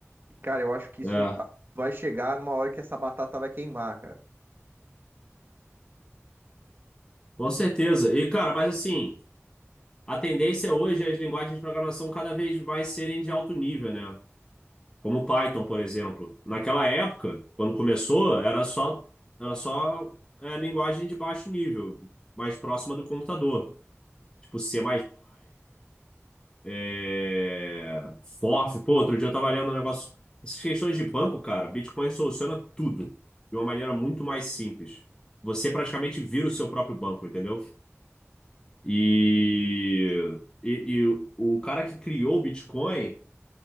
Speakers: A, on the right; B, on the left.
A: Cara, eu acho que isso
B: é,
A: ah, vai chegar numa hora que essa batata vai queimar, cara.
B: com certeza. E, cara, mas assim, a tendência hoje é as linguagens de programação cada vez mais serem de alto nível, né? Como Python, por exemplo. Naquela época, quando começou, era só, era só é, linguagem de baixo nível, mais próxima do computador. Tipo C++, É... FOF, pô, outro dia eu tava lendo um negócio. Essas questões de banco, cara, Bitcoin soluciona tudo de uma maneira muito mais simples. Você praticamente vira o seu próprio banco, entendeu? E, e, e o o cara que criou o Bitcoin,